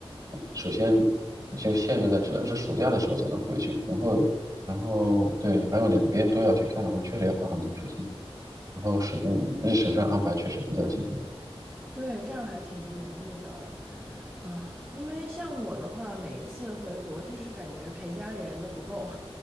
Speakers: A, on the right; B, on the right.
A: 首先就限制在只能是暑假的时候才能回去，然后然后对，还有两边都要去看的话，确实要花很多时间，然后时间日程上安排确实比较紧张。
B: 对，这样还挺不容易的啊。因为像我的话，每一次回国就是感觉陪家里人都不够，